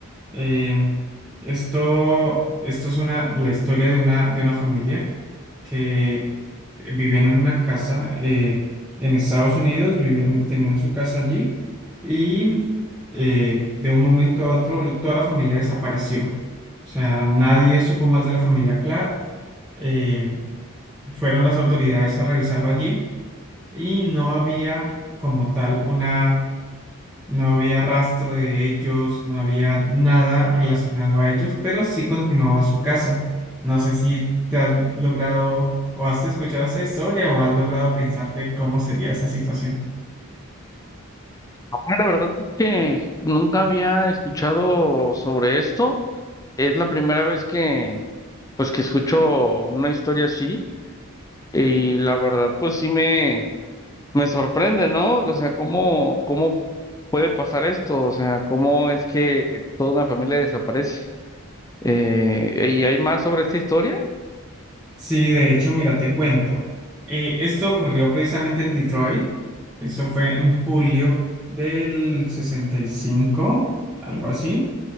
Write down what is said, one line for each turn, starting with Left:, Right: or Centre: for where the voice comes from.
Centre: Em, esto, esto es una, la historia de una, de una familia que vivían en una casa eh, en Estados Unidos, vivían, tenían su casa allí y eh, de un momento a otro toda la familia desapareció. O sea, nadie supo más de la familia Clark. eh, fueron las autoridades a revisarlo allí y no había como tal una no había rastro de ellos, no había nada relacionado a ellos, pero sí continuaba su casa. No sé si te has logrado o has escuchado esa historia o has logrado pensar de cómo sería esa situación.
Left: Ah, La verdad es que nunca había escuchado sobre esto. Es la primera vez que pues que escucho una historia así y la verdad pues sí me me sorprende, ¿no? O sea, cómo cómo puede pasar esto, o sea, cómo es que toda una familia desaparece. Eh, ¿y hay más sobre esta historia?
Centre: Sí, de hecho, mira, te cuento. Eh, esto ocurrió precisamente en Detroit. Eso fue en julio del sesenta y cinco algo así.